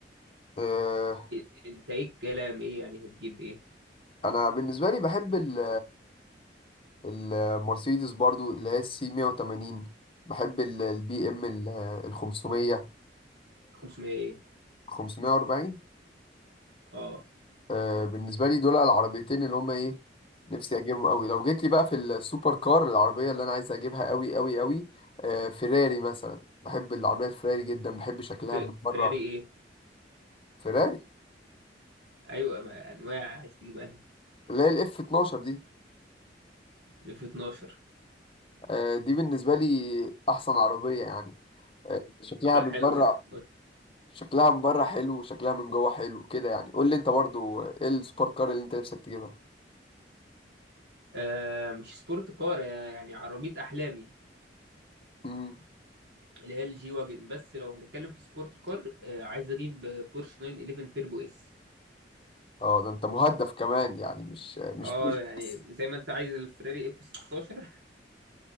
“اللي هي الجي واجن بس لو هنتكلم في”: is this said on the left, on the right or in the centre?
Right